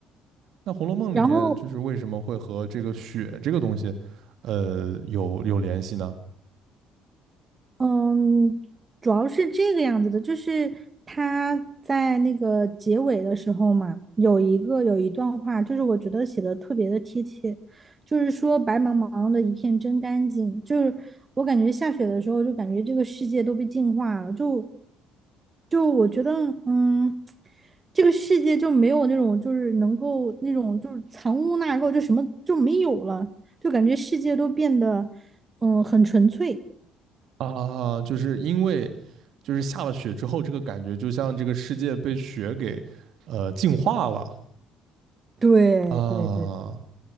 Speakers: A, on the right; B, on the right.
A: 那《红楼梦》里面就是为什么会和这个雪这个东西，
B: 然后
A: 呃，有有联系呢？
B: 嗯，主要是这个样子的，就是他在那个结尾的时候嘛，有一个有一段话，就是我觉得写的特别的贴切，就是说白茫茫的一片真干净，就是我感觉下雪的时候，就感觉这个世界都被净化了，就就我觉得，嗯，这个世界就没有那种就是能够那种就是藏污纳垢，就什么就没有了，就感觉世界都变得嗯很纯粹。
A: 啊，就是因为就是下了雪之后，这个感觉就像这个世界被雪给呃净化了
B: 对对对
A: 啊，